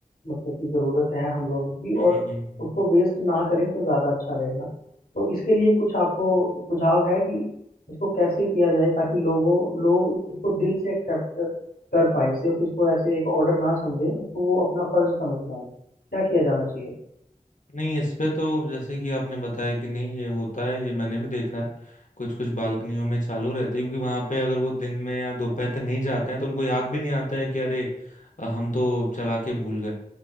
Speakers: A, on the left; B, on the left.
A: मतलब की ज़रूरत है हम लोगों की
B: हम्म,
A: और
B: हम्म।
A: उसको वेस्ट ना करें तो ज़्यादा अच्छा रहेगा तो इसके लिए कुछ आपको सुझाव है कि इसको कैसे किया जाए ताकि लोगों लोग इसको दिल से एक्सेप्ट कर पाए सिर्फ इसको ऐसे एक ऑर्डर ना समझें इसको वो अपना फर्ज समझ पाए क्या किया जाना चाहिए
B: नहीं इस पे तो जैसे कि आपने बताया कि नहीं ये होता है ये मैंने भी देखा है कुछ कुछ बालकनियों में चालू रहती है क्योंकि वहां पे अगर वो दिन में या दोपहर तक नहीं जाते हैं तो उनको याद भी नहीं आता है कि अरे अ, हम तो चला के भूल गए